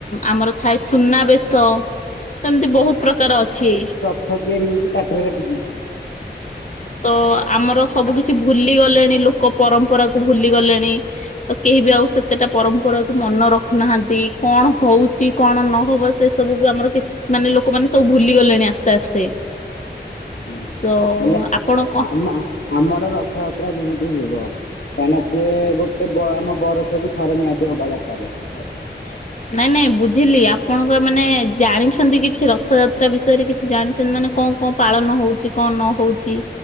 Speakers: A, on the left (about 40°); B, on the left (about 70°).
A: ଆମର ଥାଏ ସୁନାବେେଶ ତ ଏମିତି ବହୁତ ପ୍ରକାର ଅଛି।
B: ହଜଆାରରି ହଉଛି କାଟରେ କାଟିକି।
A: ତ ଆମର ସବୁ କିଛି ଭୁଲି ଗଲେଣି ଲୋକ ପରମ୍ପରା କୁ ଭୁଲି ଗଲେଣି। ତ କେହି ବି ଆଉ ସେତେଟା ପରମ୍ପରାକୁ ମନେ ରଖୁନାହାନ୍ତି। କଣ ହଉଛି କଣ ନହବ ସେ ସବୁକୁ ଆମର। ମାନେ ଲୋକମାନେ ସବୁ ଭୁଲି ଗଲେଣି ଆସ୍ତେ ଆସ୍ତେ।
B: ହଁ
A: ତ
B: ହେଲେ
A: ଆପଣ କଣ
B: ଆମ ଆମର ରଥଯାତ୍ରା ଯେମତି ହବ। କାହିଁକି ନା ସେ ଗୋଟେ ଆମ ବରଷ କୁ ଥରେ ନିହାତି ହବା ଦରକାର ରଥଯାତ୍ରା।
A: <inaudible> ନାଇଁ ନାଇଁ ବୁଝିଲି ଆପଣଙ୍କ ମାନେ ଜାଣିଛନ୍ତି କିଛି ରଥଯାତ୍ରା ବିଷୟରେ କିଛି ଜାଣିଛନ୍ତି ମାନେ କଣ କଣ ପାଳନ ହଉଛି କଣ ନ ହଉଛି